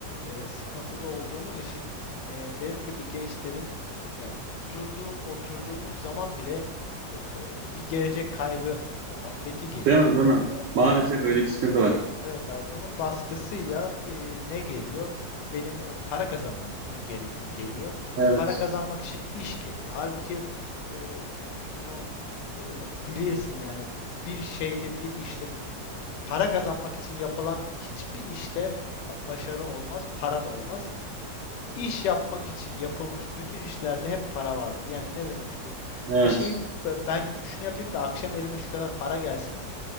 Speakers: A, on the left (about 75°); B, on the right (about 70°).
A: e, sıkıntıda olduğumuz için e, benim gibi gençlerin yani durduğun, oturduğumuz zaman bile e, bir gelecek kaygı muhabbeti geliyor.
B: Değil mi? Değil mi?
A: E, bunun
B: Maalesef öyle bir sıkıntı
A: Evet,
B: var.
A: evet abi bunun baskısıyla e, ne geliyor? Benim e, para kazanmam e, gerekiyor geliyor.
B: Evet.
A: E, para kazanmak için iş geliyor. Halbuki e, bunu e, bilirsin yani bir şeyde bir işte bir para kazanmak için yapılan hiçbir işte pa- başarı olmaz, para da olmaz. İş yapmak için yapılmış bütün işlerde hep para vardır. Yani ne demek istiyorum?
B: Evet.
A: Bir şeyi b- ben şunu yapayım da akşam elime şu kadar para gelsin